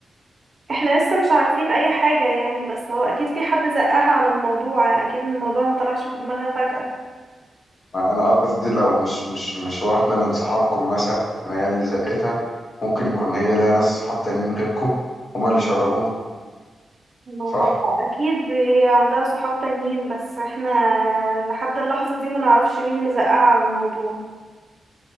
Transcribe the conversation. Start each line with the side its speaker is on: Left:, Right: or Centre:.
Right: احنا لسه مش عارفين اي حاجة يعني بس هو اكيد في حد زقها على الموضوع اكيد الموضوع مطلعش في دماغها فجأة
Left: انا قصدي لو مش مش مش واحدة من صحابكم مثلا هي اللي زقتها ممكن يكون هي لها ناس صحاب تانيين غيركم هما اللي شربوها
Right: ما
Left: صح
Right: هو اكيد هي عندها صحاب تانيين بس احنا لحد اللحظة دي ما نعرفش مين اللي زقها على الموضوع